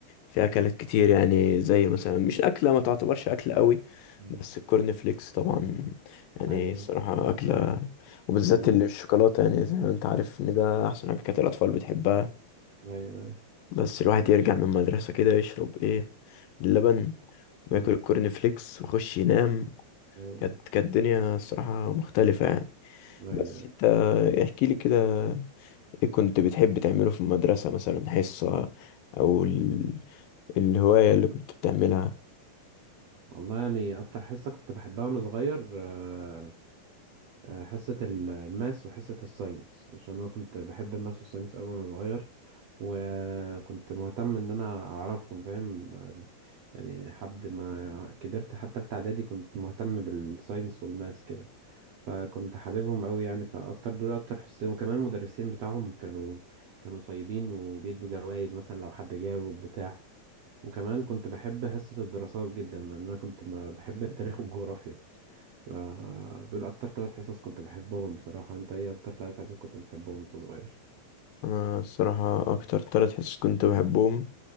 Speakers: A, on the left (about 80°); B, on the right (about 70°).
A: في اكلات كتير يعني زي مثلا مش اكله ما تعتبرش اكل قوي
B: مم.
A: بس الكورن فليكس طبعا يعني
B: ايوه
A: الصراحه اكله وبالذات
B: أمم.
A: اللي بالشوكولاته يعني زي ما انت عارف ان ده احسن حاجه كانت الاطفال بتحبها
B: ايوه أيوة.
A: بس الواحد يرجع من المدرسة كده يشرب ايه اللبن وياكل
B: أمم.
A: الكورن فليكس ويخش ينام
B: ايوه
A: كانت كانت الدنيا الصراحة مختلفة يعني
B: أيوة.
A: بس انت احكي لي كده ايه كنت بتحب تعمله في المدرسة مثلا حصة او ال... الهواية اللي كنت بتعملها
B: والله يعني اكتر حصه كنت بحبها وانا صغير آه، آه، حصة ال- الماس وحصة الساينس عشان أنا كنت بحب الماس والساينس أوي وأنا صغير وكنت مهتم إن أنا أعرفهم فاهم آه، يعني لحد ما كبرت حتى تالتة إعدادي كنت مهتم بالساينس والماس كده فكنت حاببهم أوي يعني فأكتر دول أكتر حصتين وكمان المدرسين بتاعهم كانوا كانوا طيبين وبيدوا جوائز مثلا لو حد جاوب بتاع وكمان كنت بحب حصة الدراسات جدا لأن أنا كنت ب- بحب التاريخ والجغرافيا ف- دول أكتر ثلاث حصص كنت بحبهم بصراحة أنت إيه أكتر ثلاث حصص كنت بتحبهم وأنت صغير؟
A: انا الصراحة اكتر ثلاث حصص كنت بحبهم